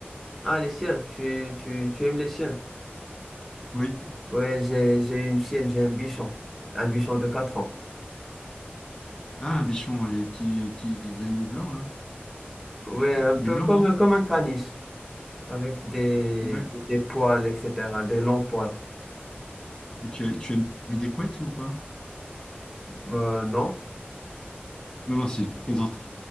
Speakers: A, in the centre; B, on the left.
A: Ah, les chiens. Tu, tu, tu aimes les chiens?
B: Oui.
A: Ouais, j'ai, j'ai une chienne, j'ai un bichon. Un bichon de quatre ans.
B: Ah, un bichon, hein, les petits, petits animaux blancs là.
A: Ouais, un
B: Il
A: peu
B: est blanc,
A: comme,
B: non?
A: comme un caniche, avec des,
B: D'accord.
A: des poils, etc., des longs poils.
B: Et tu as, tu as mis des couettes ou pas?
A: Euh, non?
B: Non, non, c'est une plaisante.